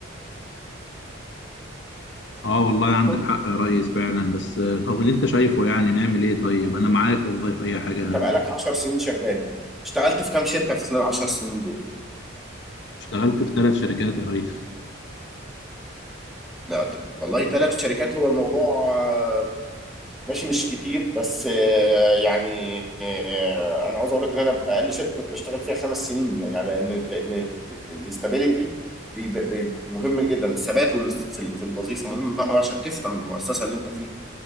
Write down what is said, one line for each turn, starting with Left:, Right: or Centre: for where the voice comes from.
Left: اه والله عندك
Centre: كل
Left: حق يا ريس فعلا بس آه، طب اللي انت شايفه يعني نعمل ايه طيب انا معاك والله في اي حاجه
Centre: انت بقالك 10 سنين شغال اشتغلت في كام شركه في خلال 10 سنين دول
Left: اشتغلت في ثلاث شركات يا ريس
Centre: لا ت- والله ثلاث شركات هو الموضوع آه، ماشي مش كتير بس آه، يعني آه، انا عاوز اقول لك ان انا اقل شركه كنت بشتغل فيها خمس سنين يعني على ان لان الاستابيليتي بي- بي- مهم جدا الثبات والاست- في ال- في الوظيفه مهم قوي عشان تفهم المؤسسه اللي انت فيها